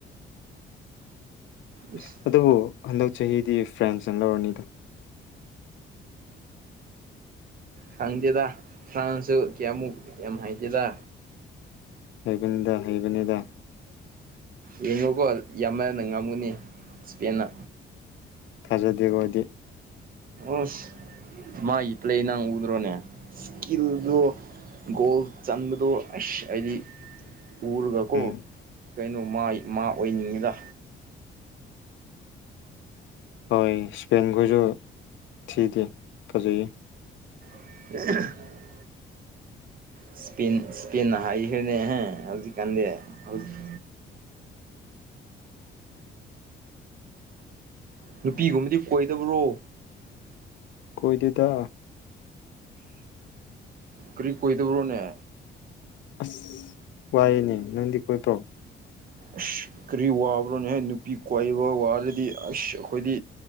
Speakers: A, on the left (about 70°); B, on the right (about 45°).
A: <unintelligible>
B: ꯏꯁ
A: ꯑꯗꯨꯕꯨ ꯍꯟꯗꯛ ꯆꯍꯤꯗꯤ ꯐ꯭ꯔꯦꯟꯁꯅ ꯂꯧꯔꯅꯤꯗ
B: ꯈꯪꯗꯦꯗ ꯐꯥꯟꯁꯨ ꯀꯌꯥꯃꯨꯛ ꯌꯥꯝ ꯍꯥꯏꯗꯦꯗ
A: ꯍꯩꯕꯅꯤꯗ ꯍꯩꯕꯅꯤꯗ
B: ꯌꯦꯡꯉꯨꯀꯣ ꯌꯥꯝꯃꯅ ꯉꯝꯒꯅꯤ ꯏꯁꯄꯦꯟꯅ
A: ꯐꯖꯗꯦꯀꯣꯗꯤ
B: ꯑꯁ ꯃꯥꯒꯤ ꯄ꯭ꯂꯦ ꯅꯪ ꯎꯗ꯭ꯔꯣꯅꯦ ꯏꯁꯀꯤꯜꯗꯣ ꯒꯣꯜ ꯆꯟꯕꯗꯣ ꯑꯁ ꯍꯥꯏꯗꯤ ꯎꯔꯒꯀꯣ
A: ꯎꯝ
B: ꯀꯩꯅꯣ ꯃꯥꯏ ꯃꯥ ꯑꯣꯏꯅꯤꯡꯉꯤꯗ
A: ꯍꯣꯏ ꯏꯁꯄꯦꯟꯈꯣꯏꯁꯨ ꯊꯤꯗꯦ ꯐꯖꯩꯌꯦ
B: ꯑ ꯏꯁ ꯏꯁꯄꯤꯟꯅ ꯍꯥꯏꯈꯦꯅꯦꯍꯦ ꯍꯧꯖꯤꯛꯀꯥꯟꯗꯤ ꯍꯧꯖꯤꯛ ꯅꯨꯄꯤꯒꯨꯝꯕꯗꯤ ꯀꯣꯏꯗꯕ꯭ꯔꯣ
A: ꯀꯣꯏꯗꯗ
B: ꯀꯔꯤ ꯀꯗꯕꯔꯣꯅꯦ
A: ꯑꯁ ꯋꯥꯏꯌꯦꯅꯦ ꯅꯪꯗꯤ ꯀꯣꯏꯕ꯭ꯔꯣ
B: ꯑꯁ ꯀꯔꯤ ꯋꯥꯕ꯭ꯔꯣꯅ ꯍꯥꯏ ꯅꯨꯄꯤ ꯀꯣꯏꯏꯕ ꯋꯥꯔꯗꯤ ꯑꯁ ꯑꯩꯈꯣꯏꯗꯤ